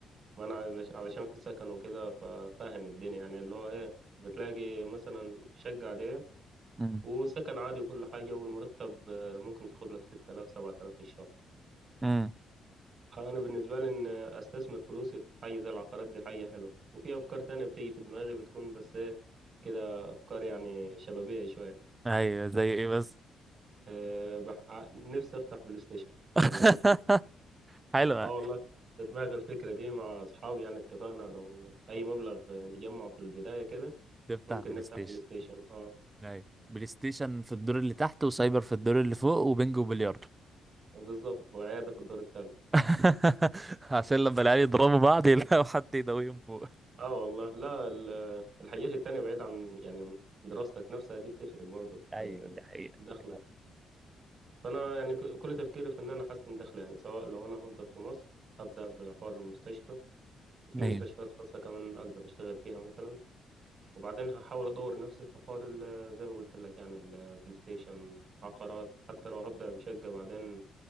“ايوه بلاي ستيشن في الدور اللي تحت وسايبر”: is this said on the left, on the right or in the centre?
Right